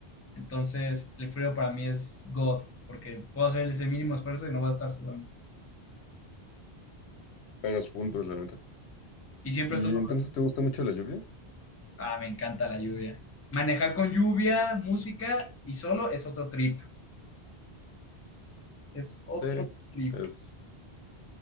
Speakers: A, on the left; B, on the left.
A: Entonces, el frío para mí es God, porque puedo hacer ese mínimo esfuerzo y no voy a estar sudando.
B: En los puntos, la neta.
A: Y siempre
B: ¿Y
A: estoy...
B: entonces te gusta mucho la lluvia?
A: Ah, me encanta la lluvia. Manejar con lluvia, música y solo es otro trip. Es otro
B: Sí.
A: trip.
B: Es